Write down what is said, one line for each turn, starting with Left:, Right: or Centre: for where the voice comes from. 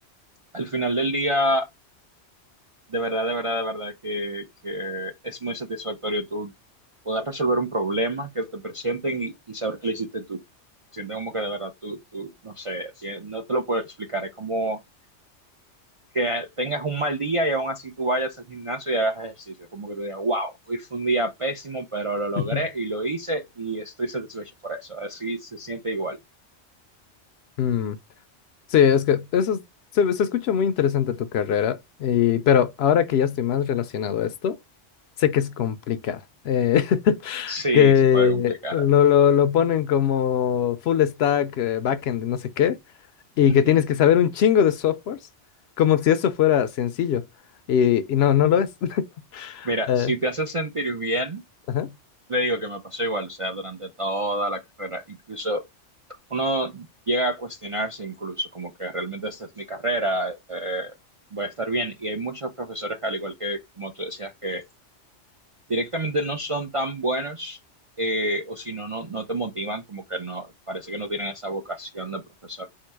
Right: al final del día, de verdad, de verdad, de verdad, que, que es muy satisfactorio tú poder resolver un problema que te presenten y, y saber que lo hiciste tú. Siento como que de verdad tú, tú, no sé, si- no te lo puedo explicar, es como que tengas un mal día y aún así tú vayas al gimnasio y hagas ejercicio. Como que tú digas, wow, hoy fue un día pésimo, pero lo logré
Left: <laughs>
Right: y lo hice y estoy satisfecho por eso. Así se siente igual.
Left: Mm. Sí, es que eso es- se, se escucha muy interesante tu carrera, y, pero ahora que ya estoy más relacionado a esto, sé que es complicado. eh, <laughs>
Right: Sí,
Left: que
Right: se puede complicar.
Left: lo, lo, lo ponen como full stack, eh, backend, no sé qué, y
Right: <laughs> Ujú.
Left: que tienes que saber un chingo de softwares, como si eso fuera sencillo. Y, y no, no lo es. <laughs>
Right: Mira,
Left: Eh,
Right: si te hace sentir bien,
Left: ajá,
Right: te digo que me pasó igual, o sea, durante toda la carrera, incluso uno llega a cuestionarse incluso como que realmente esta es mi carrera, eh, voy a estar bien. Y hay muchos profesores, al igual que como tú decías, que directamente no son tan buenos eh, o si no, no, no te motivan, como que no, parece que no tienen esa vocación de profesor